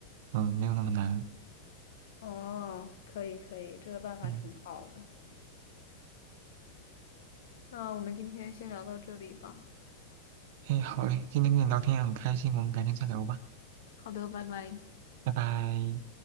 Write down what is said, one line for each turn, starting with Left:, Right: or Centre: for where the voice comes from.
Right: 嗯，没有那么难。
Left: 哦，可以可以，这个办法挺好的。
Right: 嗯，
Left: 那我们今天先聊到这里吧。
Right: 哎，好嘞，今天跟你聊天也很开心，我们改天再聊吧，
Left: 好的，拜拜。
Right: 拜拜。